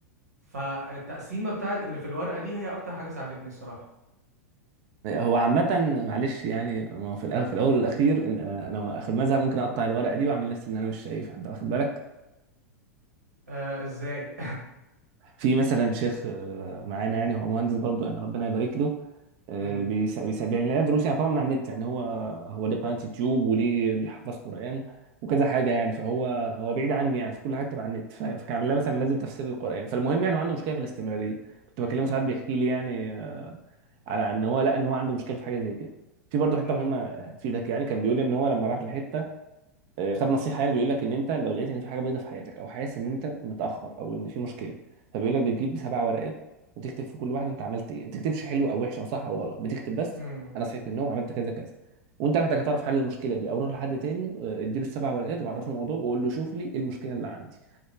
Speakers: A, on the right; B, on the right.
A: فالتقسيمه بتاعت اللي في الورقه دي هي اكتر حاجه ساعدتني الصراحه
B: هو عامة معلش يعني ما هو في الأ- في الأول والأخير إن- آه، أنا آخر مزهق ممكن أقطع الورقة دي وأعمل نفسي إن أنا مش شايفها أنت واخد بالك؟
A: آه ازاي
B: في مثلا شيخ آه، معانا يعني هو مهندس برضه يعني ربنا يبارك له
A: <laughs>
B: آه،
A: هم
B: بيس- بيس- بيعمل لنا دروس يعني طبعا من على النت يعني هو هو ليه قناة يوتيوب وليه بيحفظ قرآن وكذا حاجة يعني فهو هو بعيد عني يعني في كل حتة مع النت ف- فكان عامل لها مثلا منزل تفسير القرآن فالمهم يعني هو عنده مشكلة في الاستمرارية كنت بكلمه ساعات بيحكي لي يعني آه، على ان هو لا ان هو عنده مشكلة في حاجة زي كده في برضه حتة
A: هم
B: مهمة آه، تفيدك يعني كان بيقول ان هو لما راح لحتة آه، خد نصيحه يعني بيقول لك ان انت لو لقيت ان في حاجه بيضه في حياتك او حاسس ان انت متاخر او ان في مشكله فبيقول لك بتجيب سبع ورقات وتكتب في كل واحده انت عملت ايه ما بتكتبش حلو او وحش او صح او غلط بتكتب بس
A: هم
B: انا صحيت من النوم عملت كذا كذا وانت محتاج تعرف حل المشكله دي او روح لحد تاني آه، اديله السبع ورقات وعرفه الموضوع وقول له شوف لي إيه المشكله اللي عندي